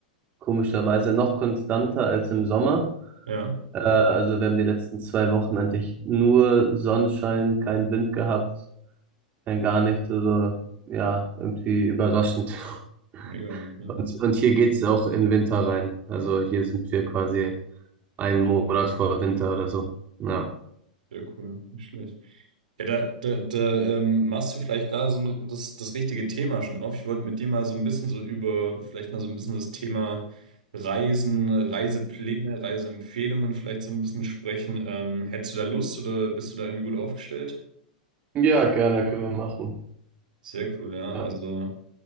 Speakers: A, on the right; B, on the right.
A: komischerweise noch konstanter als im Sommer.
B: Ja.
A: Äh, also wir haben die letzten zwei Wochen eigentlich nur Sonnenschein, keinen Wind gehabt, kein gar nichts. Also ja, irgendwie überraschend. <laughs>
B: mega, okay.
A: Und, und hier geht's auch in Winter rein. Also hier sind wir quasi einen Monat vor Winter oder so. Ja.
B: Sehr cool, nicht schlecht. Ja, da, da, da ähm, machst du vielleicht gerade so ein, das, das richtige Thema schon auf. Ich wollte mit dir mal so ein bisschen so über, vielleicht mal so ein bisschen das Thema Reisen, Reisepläne, Reiseempfehlungen vielleicht so ein bisschen sprechen. Ähm, hättest du da Lust oder bist du da irgendwie gut aufgestellt?
A: Ja, gerne können wir machen.
B: Sehr cool, ja.
A: Ja.
B: Also